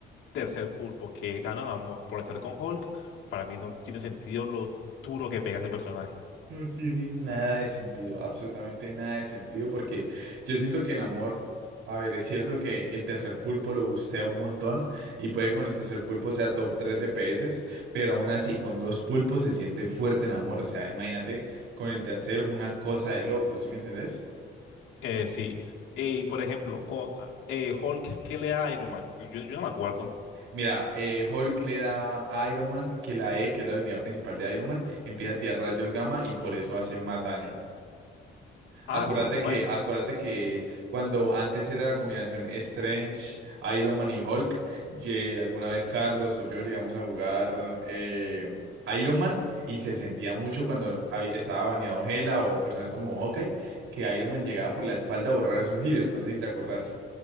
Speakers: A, on the left; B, on the right.
A: tercer pulpo que gana Namor por estar con Hulk, para mí no tiene sentido lo duro que pega ese personaje.
B: no tiene nada de sentido, absolutamente nada de sentido, porque yo siento que en Amor, a ver, es cierto que el tercer pulpo lo bustea un montón y puede que con el tercer pulpo sea top 3 DPS, pero aún así con dos pulpos se siente fuerte en Amor. O sea, imagínate, con el tercero es una cosa de loco, ¿sí me entendés?
A: Eh, sí. Eh, y por ejemplo, con eh, Hulk, ¿qué le da a Iron Man? Yo, yo no me acuerdo.
B: Mira, eh, Hulk le da a Iron Man que la E, que es la habilidad principal de Iron Man, empieza a tirar rayos gamma y por eso hace más daño.
A: Ah,
B: Acuérdate
A: no, bueno.
B: que, acuérdate que cuando antes era la combinación Strange, Iron Man y Hulk, ye- alguna vez Carlos o yo llegamos a jugar eh, Iron Man y se sentía mucho cuando hab- estaba baneado Hela o personas como Hawkeye, que Iron Man llegaba por la espalda a borrar esos healers. No sé si te acordás.